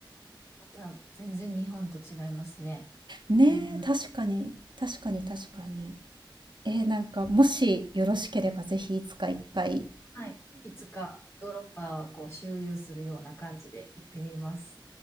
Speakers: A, on the left; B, on the right.
A: また全然日本と違いますね。
B: ねえ、
A: うん、うん
B: 確かに、確かに確かに。
A: うんうん
B: えーなんか、もしよろしければぜひいつか一回
A: はい。いつかヨーロッパをこう周遊するような感じで行ってみます。